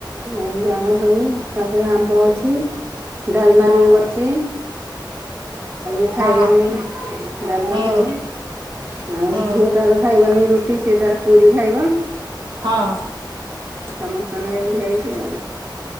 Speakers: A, on the right; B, on the right.
A: ଏମତି ଆମର ସବୁ ତାପରେ ଆମ ଅଛି ଡାଲମା
B: ହୁଁ।
A: ଏ କରୁଚି ଏ
B: ହଁ
A: ଖାଇବେନି
B: ହୁଁ
A: ଡାଲମା
B: ହଁ
A: ଖାଇବେ ଆଉ
B: ହୁଁ
A: ଝିଅ ତାର ଖାଇ ନ ରୁଟି ସେ ତାର ପୁରୀ ଖାଇବ।
B: ହୁଁ
A: ସମସ୍ତଙ୍କ ଏମତି ହେଇଛି ଆଉ